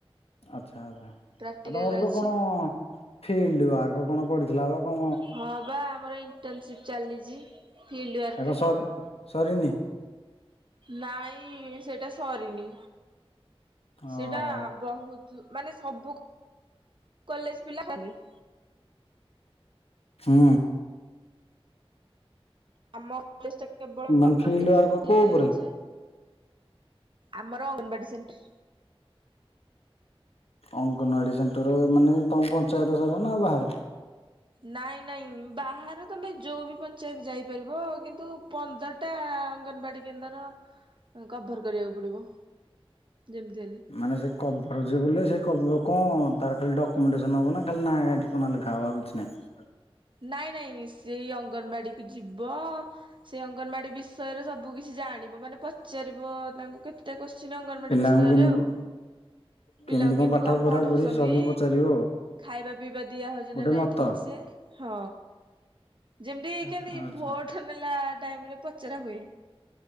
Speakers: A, on the left; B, on the right.
A: ଆଚ୍ଛା ଆ ଜା ଆଉ
B: ପ୍ରାକ୍ଟିକାଲ
A: ତମର ଯୋଉ
B: ଅଛି
A: କଣ ଫିଲ୍ଡ ୱାର୍କ କଣ ପଡିଥିଲା ବା କ
B: ହଁ ବା ଆମର ଇଣ୍ଟର୍ନସିପ ଚାଲିଛି। ଫିଲ୍ଡ ୱାର୍କ
A: ଆ କଁ ସର୍ ସରିନି?
B: ନାଇଁ ସେଟା ସରିନି
A: ଓହୋ
B: ସେଟା ବହୁତ ଜୁ ମାନେ ସବୁ କ କଲେଜ ପିଲା ହେବେ
A: ହୁଁ।
B: ଆମ କଲେଜଟା କେବଳ
A: ମାନେ
B: <unintelligible>
A: ଫିଲ୍ଡ ୱାର୍କ କୋଉ ଉପରେ?
B: ଚି। ଆମର ଅଙ୍ଗନବାଡ଼ି ସେଣ୍ଟ
A: ଅଙ୍ଗନୱାଡ଼ି ସେଣ୍ଟର ମାନେ ତମ ପଞ୍ଚାୟତ ସାରା ନା ଆଉ ବାହାରେ।
B: ନାଇଁ ନାଇଁ ଉ ବାହାରେ ତମେ ଯୋଉ ବି ପଞ୍ଚାୟତ ଯାଇପାରିବ କିନ୍ତୁ ପନ୍ଦର ଟା ଅଙ୍ଗନବାଡି କେନ୍ଦ୍ର ଆ କଭର କରିବାକୁ ପଡିବ ଯେମିତି ହେଲେ।
A: ମାନେ ସେ କଭରଯେବୁଲେ ସେ କଭର କଣ ତାର ଖାଲି ଡକ୍ୟୁମେଣ୍ଟେସନ୍ ହେବ ନା ଖାଲି ଗାଁ ନାଁ ଠିକ କ ନାଁ ଲେଖା ହବ ଆଉ କିଛି ନାହିଁ।
B: ନାଇଁ ନାଇଁ ଶ୍ରୀ ଅଙ୍ଗନବାଡିକୁ ଯିବ। ସେ ଅଙ୍ଗନବାଡି ବିଷୟରେ ସବୁ କିଛି ଜାଣିବ ମାନେ ପଚାରିବ ତାଙ୍କୁ କେତ୍ ତେ କୋଶ୍ଚିନ ଅଙ୍ଗନବାଡି
A: ପିଲାଙ୍କୁ
B: ବିଷୟରେ
A: କେମିତି
B: ଆଉ।
A: କଣ
B: ପିଲାଙ୍କୁ
A: କେମିତି
B: କେମତି
A: ପାଠ
B: କଣ
A: ପଢା
B: ପଢଉସନ୍ତି
A: ପଢି ସବୁ ପଚାରିବ ଆଉ
B: ଖାଇବା ପିଇବା ଦିଆହଉଛି
A: ଗୋଟେ
B: ନା ନାଇଁ
A: ମତ।
B: ଠିକ୍ ସେ। ହଁ ଯେମତି
A: ଆଚ୍ଛା
B: କେମତି
A: ଆଚ୍ଛା
B: ଭୋଟ ନେଲା ଟାଇମରେ ପଚରା ହୁଏ।